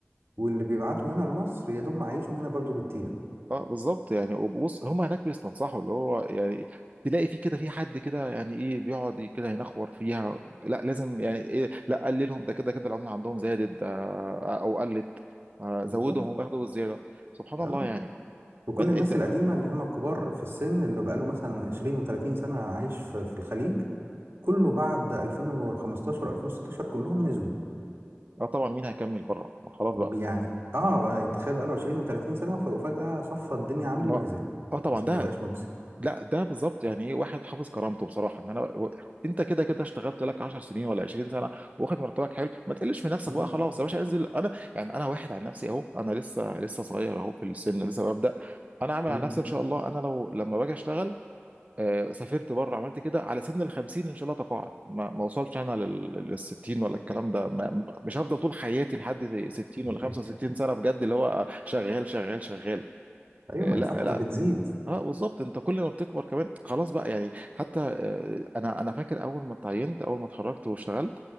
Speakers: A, on the right (about 60°); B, on the right (about 35°).
A: واللي بيبعته هنا لمصر يدوب معيشهم هنا برضو بالتيله
B: اه بالظبط يعني وبص هم هناك بيستنصحوا اللي هو يعني تلاقي في كده في حد كده يعني ايه بيقعد كده ينخور فيها لا لازم يعني ايه لا قللهم ده كده كده العمله عندهم زادت ده او قلت آه زودهم
A: بالظبط
B: وبياخدوا الزياده سبحان الله
A: اه
B: يعني
A: وكل
B: ما انت
A: الناس
B: انت
A: القديمه اللي هم الكبار في السن اللي بقاله مثلا 20 و30 سنه عايش في... في الخليج كله بعد 2015 2016 كلهم نزلوا
B: اه طبعا مين هيكمل بره ما خلاص بقى
A: يعني اه بقى تخيل بقاله 20 و30 سنه وف- وفجاه صفى الدنيا عنده
B: ما
A: ونزل
B: اه طبعا
A: عشان
B: ده
A: ما بقاش مجزي
B: لا ده بالظبط يعني ايه واحد حافظ كرامته بصراحه ان انا و... انت كده كده اشتغلت لك 10 سنين ولا 20 سنه واخد مرتبك حلو ما تقلش في نفسك
A: مم.
B: بقى خلاص يا باشا انزل انا يعني انا واحد عن نفسي اهو انا لسه لسه صغير اهو في السن لسه ببدا انا عامل
A: مم.
B: على نفسي ان شاء الله انا لو لما باجي اشتغل آه، سافرت بره عملت كده على سن ال 50 ان شاء الله تقاعد ما, ما وصلش انا لل لل 60 ولا الكلام ده ما مش هفضل طول حياتي لحد 60 ولا 65
A: <laughs>
B: سنه بجد اللي هو شغال شغال شغال
A: ايوه
B: آه،
A: ما
B: لا
A: الفحطه
B: لا
A: بتزيد
B: اه بالظبط انت كل ما بتكبر كمان خلاص بقى يعني حتى آه، انا انا فاكر اول ما اتعينت اول ما اتخرجت واشتغلت